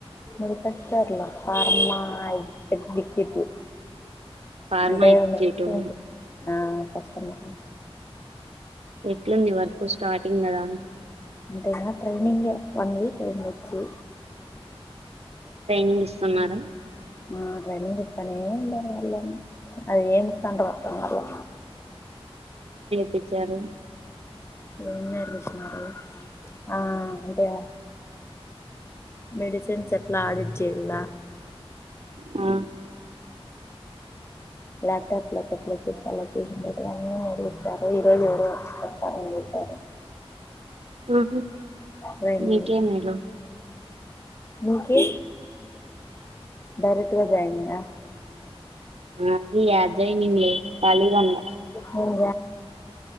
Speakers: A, on the left; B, on the right.
A: ముడిపెట్టార్లో ఫార్మా ఎగ్జిక్యూటివ్
B: ఫార్మా
A: అంటే
B: ఎగ్జిక్యూటివ్
A: మెడిసిన్స్ ఆ కష్టమర్ లు
B: ఎట్లుంది వర్క్ స్టార్టింగ్ గదా మ్
A: అంటేనా ట్రెనింగ్గే వన్ వీక్ అయిందొచ్చి
B: ట్రైనింగ్ ఇస్తున్నారా
A: ఆ ట్రైనింగ్ ఇస్తానే ఉంటారు వాళ్ళని అదేం స్తాండ్రో అర్ధం కాలా
B: టిచ్చారు
A: ఇన్నరుకిచ్చినారు ఆ అంటే మెడిసిన్స్ ఎట్లా ఆడిట్ చెయ్యాల
B: ఆ
A: ల్యాప్టాప్ లోకెట్లెక్కిచ్చాల చూసినట్టుగాన్నీ చూస్తారు ఈ రోజెవరో వచ్చి చెప్తామని చెప్పారు
B: ఆహ
A: ట్రైనింగ్
B: నీకేం మీరు
A: నీకే డైరెక్ ట్టుగా జాయినింగా
B: అది అజయ్ నింలే ఖాళీగన్న
A: నేను